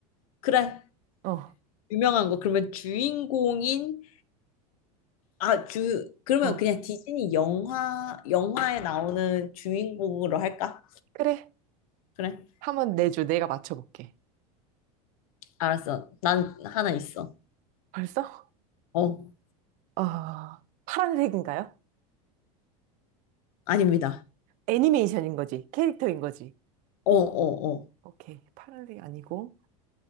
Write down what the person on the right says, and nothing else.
어,
어.
그래.
한번 내줘. 내가 맞춰볼게.
벌써?
아, 파란색인가요?
애니메이션인 거지. 캐릭터인 거지.
오케이. 파란색 아니고.